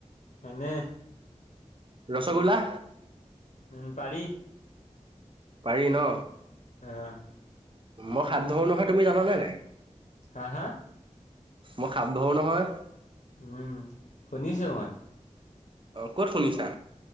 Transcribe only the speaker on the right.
ৰসগোল্লা
পাৰি ন
মই হাত ধৰো নহয় তুমি জানে নাই
মই খাপ ধৰো নহয়
অ ক'ত শুনিছা